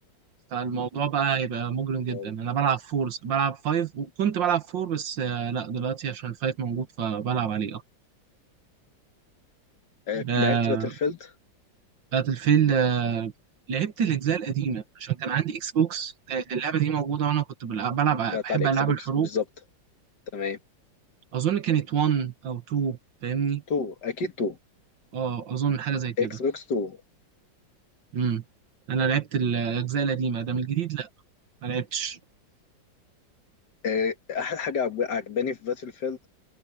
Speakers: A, on the right; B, on the left.
A: فالموضوع بقى هيبقى مجرم جدا
B: واو
A: انا بلعب فور بلعب 5 وكنت بلعب فور بس آه، لا دلوقتي عشان الفايف موجود فبلعب عليه اكتر
B: آه،
A: آه،
B: لعبت باتل فيلد
A: باتل فيلد آه، لعبت الاجزاء القديمه عشان كان عندي اكس بوكس كانت اللعبه دي موجوده وانا كنت بلعب, بلعب
B: كانت
A: بحب
B: على الإكس
A: العاب
B: بوكس
A: الحروب
B: بالظبط تمام
A: اظن كانت 1 او 2 فاهمني
B: 2 أكيد 2
A: اه اظن حاجه زي كده
B: إكس بوكس 2
A: امم انا لعبت الاجزاء القديمه ده من الجديد لا ما لعبتش
B: آه، أحلى حاجة عجب- عجباني في باتل فيلد